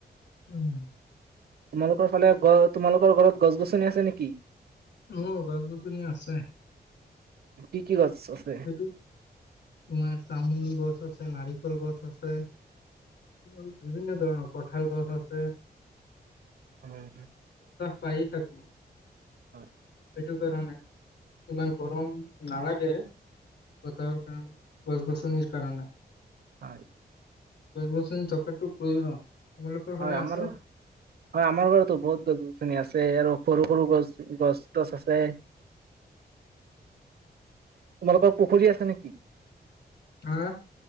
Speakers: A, on the left; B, on the right.
A: উম।
B: তোমালোকৰ ফালে গ, তোমালোকৰ ঘৰত গছ-গছনি আছে নেকি?
A: অ', গছ-গছনি আছে।
B: কি কি গছ আছে
A: সেইটো তোমাৰ তামোল গছ আছ ছে নাৰিকল গছ আছে আৰু বিভিন্ন ধৰণৰ কঁঠাল গছ আছে।
B: উম <unintelligible>
A: পাই য়ে থাকো।
B: হয়।
A: সেইটো কাৰণে ইমান গৰম নালাগে। বতাহৰ কাৰণে গছ-গছ কণীৰ কাৰণে
B: হয়।
A: গছ-গছনি থকাটো প্ৰয়োজন। তোমালোকৰ ফালে
B: হয়, আমাৰ
A: আছে
B: হয় আমাৰ ঘৰতো বহুত গছ-গছনি আছে আৰু সৰু সৰু গছ, গছ-তছ আছে। তোমালোকৰ পুখুৰী আছে নেকি?
A: হাঁহ